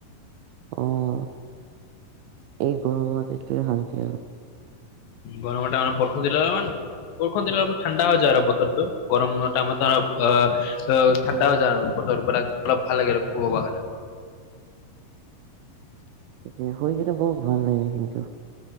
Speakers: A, on the right; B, on the left.
A: অঁ, এই গৰমত এইটোৱে শান্তি আৰু।
B: গৰম টাইমত বৰষুণ দিলে অলপমান বৰষুণ দিলে অলপ ঠাণ্ডা হৈ যায় আৰু বতৰটো গৰমৰ টাইমত আহ অ' ঠাণ্ডা হৈ যাই বতৰ পুৰা অলপ ভাল লাগে আৰু শুব কাৰণে।
A: শুই কিনে বৰ ভাল লাগে কিন্তু,